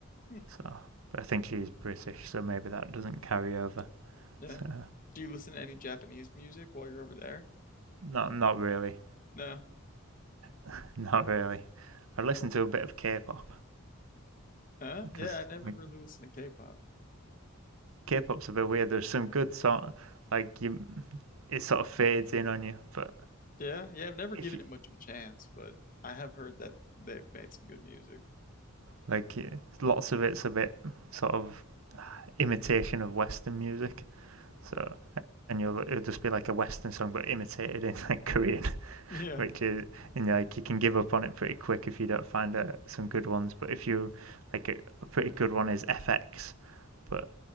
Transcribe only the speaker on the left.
Hmm.
Yeah.
Do you listen to any Japanese music while you're over there?
No.
Huh?
Yeah, I never
really listened to K-pop.
Yeah, yeah, I've never given
it much of a chance, but I have heard that they've made some good music. <laughs>
Yeah,